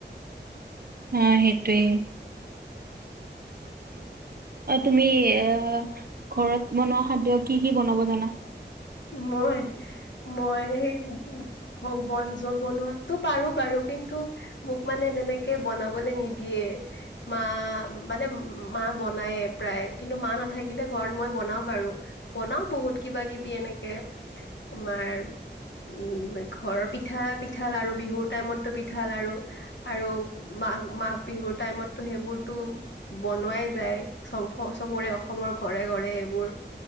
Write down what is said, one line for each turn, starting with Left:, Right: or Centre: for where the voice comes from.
Right: অ', সেইটোৱেই। অ', তুমি এ ঘৰত বনোৱা খাদ্য কি কি বনাব জানা।
Left: মই মই হেই ভ বনজবনোৱাত তো পাৰো বাৰু কিন্তু মোক মানে তেনেকে বনাবলে নিদিয়ে। মা মানে, মা বনায় প্ৰায় কিন্তু মা নাথাকিলে ঘৰত মই বনাও বাৰু। বনাও বহুত কিবা কিবি এনেকে তোমাৰ। উম, ঘৰৰ পিঠা পিঠা, লাড়ু বিহুৰ টাইমতো পিঠা, লাড়ু। আৰু মাঘ মাঘ বিহুৰ টাইমতটো সেইবোৰতো। বনোৱাই যায় চ'ব চবৰে অসমৰ ঘৰে ঘৰে এইবোৰ